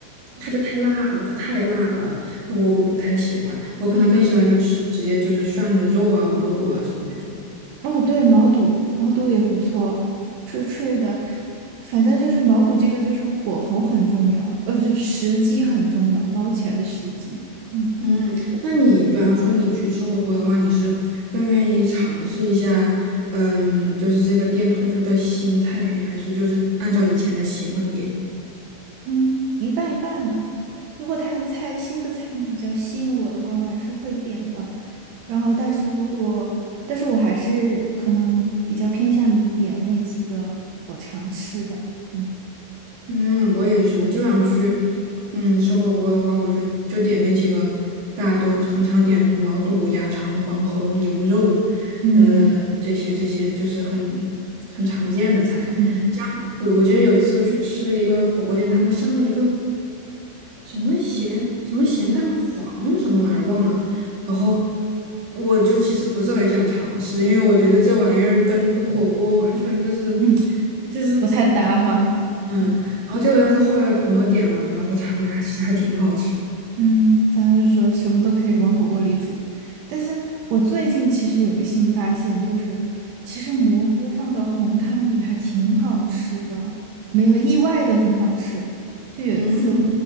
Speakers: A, on the right; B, on the right.
A: 它就太辣了，它太辣了，我我不太喜欢，我可能更喜欢就吃直接就是涮的肉啊、毛肚啊什么那种。
B: 哦，对，毛肚，毛肚也不错，脆脆的。反正就是毛肚这个，就是火候很重要，呃，就是时机很重要，捞起来的时机。嗯
A: 嗯，那你比方说你去吃火锅的话，你是更愿意尝试一下，嗯，就是这个店推出的新菜品，还是就是按照以前的习惯点？
B: 嗯，一半一半吧。如果他的菜，新的菜品比较吸引我的话，我还是会点的。然后，但是如果，但是我还是可能比较偏向于点那几个我常吃的。嗯
A: 嗯，我也是，我就想去，嗯，吃火锅的话，我就就点那几个大家都很常点，什么毛肚、鸭肠、黄喉、牛肉，
B: 嗯
A: 呃，这些这些就是很很常见的菜。
B: 嗯
A: 像我我记得有一次去吃一个火锅店，他们上了一个什么咸什么咸蛋黄什么玩意儿忘了，然后我就其实不是很想尝试，因为我觉得这玩意儿跟火锅完全就是
B: 嗯，
A: <tsk> 就是不。
B: 不太搭哈。
A: 嗯，
B: 嗯。
A: 然后结果但是后来朋友点了，然后尝了一下，其实还挺好吃的。
B: 嗯，咱就说什么都可以往火锅里煮，但是我最近其实有个新发现，就是其实蘑菇放到红汤里还挺好吃的，没有意外的很好吃。就有一次，
A: 嗯